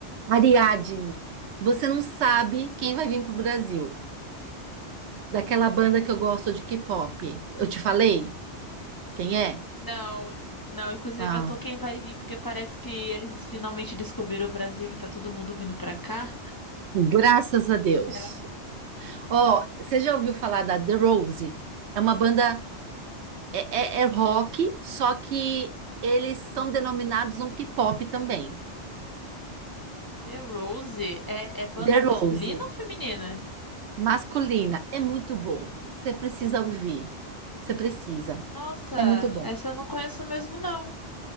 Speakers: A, on the right (about 70°); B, on the left (about 20°).
A: Ariadne, você não sabe quem vai vir pro Brasil. Daquela banda que eu gosto de K-pop. Eu te falei quem é?
B: Não, não, inclusive
A: Ah,
B: eu tô quem vai vir, porque parece que eles finalmente descobriram o Brasil e tá todo mundo vindo pra cá.
A: graças a Deus.
B: Quem será?
A: Ó, você já ouviu falar da The Rose? É uma banda, é, é- é rock, só que eles são denominados um K-pop também.
B: The Rose? É, é banda
A: The Rose,
B: masculina ou feminina?
A: masculina, é muito bom. Você precisa ouvir. Você precisa.
B: Nossa,
A: É muito bom.
B: essa eu não conheço mesmo não,